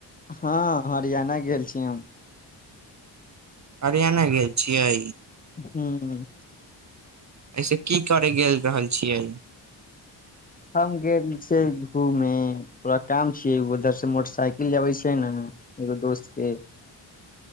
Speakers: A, on the left; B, on the right.
A: हँ हरियाणा गेल छी हम
B: हरियाणा गेल छियै
A: हूँ
B: एहिसँ की करय गेल रहल छियै
A: हम गेल छियै घूमे पोरा काम छिय उधर से मोटरसाइकिल लाबै छियै न एगो दोस्त के